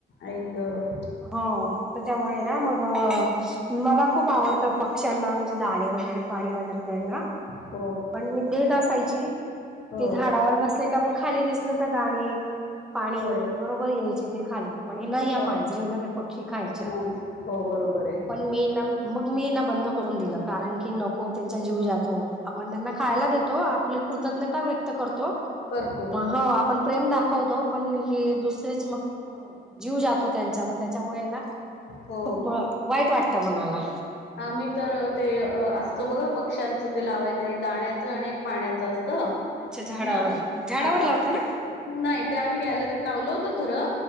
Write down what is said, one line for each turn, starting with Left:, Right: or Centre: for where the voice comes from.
Left: ऐक गं.
Centre: हो. त्याच्यामुळे ना मग मला खूप आवडतं पक्ष्यांना म्हणजे दाणे वगैरे पाणी वगैरे द्यायला.
Left: <inaudible>
Centre: पण मी देत असायची
Left: हो
Centre: ते झाडावर बसले, का मग खाली दिसल का दाणे पाणी
Left: होय
Centre: बरोबर यायचे ते खाली. पण ह न या
Left: अ,
Centre: मांजरी ना ते पक्षी खायच्या
Left: मान हो बरोबर आहे
Centre: पण मी ना मग मी बंद करून दिलं कारण की नको त्यांचा जीव जातो आपण त्यांना खायला
Left: हो
Centre: देतो आप कृतज्ञता व्यक्त करतो
Left: करतो
Centre: आपण प्रेम दा होगो पण हे दुसरच मग जीव जातो त्यां त्यामुळे ना
Left: हो
Centre: खूप वाईट वाटत मनाला.
Left: आम्ही तर ते असत बघा पक्ष्यांचं ते लावायचं एक दाण्याचं आणि एक पाण्याच अस <unintelligible>
Centre: अच्छा झाडावर झाडावर लावता ना
Left: नाही ते आम्ही गॅलरीत लावल होत खरं,